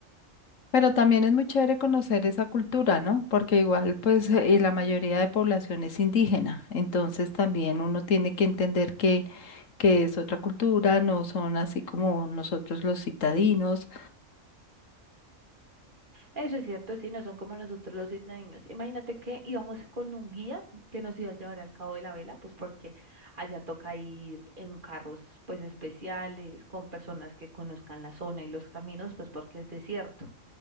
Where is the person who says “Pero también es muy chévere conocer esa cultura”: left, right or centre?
Left